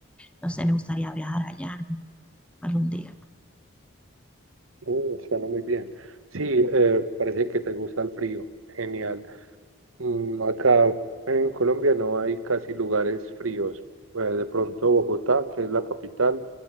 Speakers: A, in the centre; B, on the right (about 85°).
A: no sé, me gustaría viajar allá algún día.
B: Mm, suena muy bien. Sí, eh, parece que te gusta el frío. Genial. Mm, acá en Colombia no hay casi lugares fríos. Eh, de pronto Bogotá, que es la capital,